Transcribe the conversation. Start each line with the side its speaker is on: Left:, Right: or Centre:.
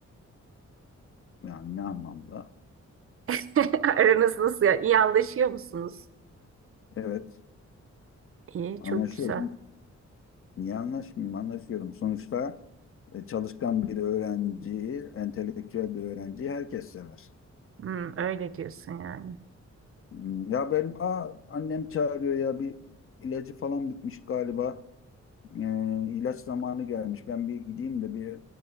Left: Yani ne anlamda?
Right: <laughs> Aranız nasıl ya? İyi anlaşıyor musunuz?
Left: Evet.
Right: İyi,
Left: Anlaşıyorum.
Right: çok güzel.
Left: Niye anlaşmayayım? Anlaşıyorum. Sonuçta e, çalışkan bir öğrenciyi, entelektüel bir öğrenciyi herkes sever.
Right: Hmm, öyle diyorsun yani.
Left: Hmm, Ya benim aa, annem çağırıyor ya bir ilacı falan bitmiş galiba. Ee, ilaç zamanı gelmiş. Ben bir gideyim de bir